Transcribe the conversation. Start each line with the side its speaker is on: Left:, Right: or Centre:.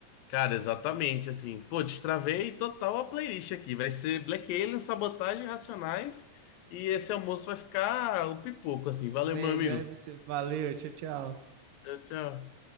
Left: cara, exatamente, assim. Pô, destravei total a playlist aqui. Vai ser Black Alien, Sabotagem, Racionais. E esse almoço vai ficar o pipoco, assim. Valeu,
Right: Melhor
Left: meu amigo.
Right: você. Valeu, tchau, tchau.
Left: Tchau, tchau.